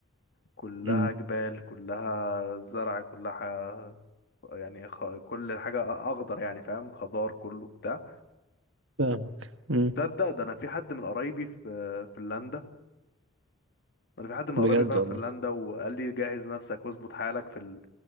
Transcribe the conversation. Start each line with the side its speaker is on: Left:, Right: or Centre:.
Left: كلها
Right: امم
Left: جبال كلها زرع كلها ح- يعني خ... كل حاجة أخضر يعني فاهم خضار كله بتاع.
Right: فاهمك امم
Left: تصدق ده انا في حد من قرايبي في فنلندا انا في حد من
Right: بجد
Left: قرايبي فعلا
Right: والله
Left: في فنلندا وقال لي جهز نفسك واظبط حالك في ال...